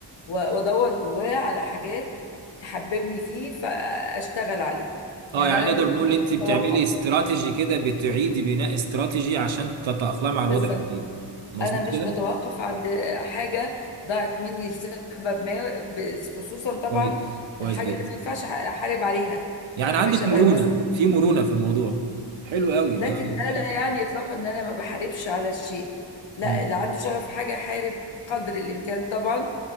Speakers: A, on the left; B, on the right.
A: و- وادور جواه على حاجات تحببني فيه فاشتغل عليه
B: اه
A: يعني
B: يعني
A: انا
B: نقدر نقول
A: مش
B: ان انت
A: بتوقف
B: بتعملي استراتيجي كده بتعيدي بناء استراتيجي عشان تتأقلمي على
A: بالظبط
B: الوضع الجديد مظبوط
A: انا مش
B: كده
A: بتوقف عند حاجة ضاعت مني لسبب ما بس- خصوصا طبعا
B: كويس كويس
A: الحاجة
B: جدا
A: اللي ما ينفعش أح- احارب عليها
B: يعني
A: حاجة
B: عندك
A: شبه
B: مرونة
A: مثلا
B: في مرونة في الموضوع حلو قوي
A: لكن
B: ده
A: ده
B: ممتاز
A: لا يعني اطلاقا ان انا ما بحاربش على الشيء لا
B: امم
A: اللي عنده شغف في حاجه يحارب قدر الامكان طبعا